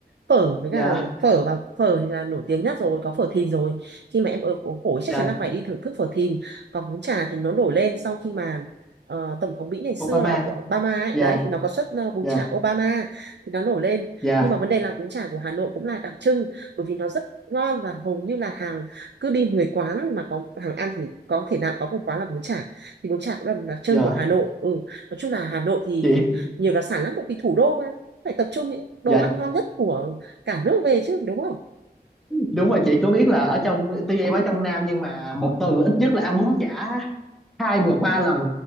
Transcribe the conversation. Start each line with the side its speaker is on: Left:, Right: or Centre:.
Right: phở với
Centre: dạ
Right: cả phở và phở thì là nổi tiếng nhất rồi có phở Thìn rồi khi mà em ở phố cổ chắc
Centre: dạ
Right: chắn là phải đi thưởng thức phở Thìn còn bún chả thì nó nổi lên sau khi mà ờ, tổng thống Mỹ ngày xưa
Centre: Obama
Right: là Obama ấy
Centre: dạ
Right: đấy thì nó có xuất ờ, bún
Centre: dạ
Right: chả Obama thì nó nổi lên
Centre: dạ
Right: nhưng mà vấn đề là bún chả của Hà Nội cũng là đặc trưng bởi vì nó rất ngon và hầu như là hàng cứ đi 10 quán mà có hàng ăn thì có thể nào có một quán là bún chả thì bún chả cũng là một đặc trưng
Centre: dạ
Right: của Hà Nội ừ nói chung là Hà Nội thì
Centre: chị
Right: nhiều đặc sản lắm bởi vì thủ đô mà phải tập trung những đồ
Centre: dạ
Right: ăn ngon nhất của cả nước về chứ đúng không
Centre: đúng rồi chị có biết là ở trong tuy em ở trong Nam nhưng mà một tuần là ít nhất là ăn bún chả hai vượt ba lần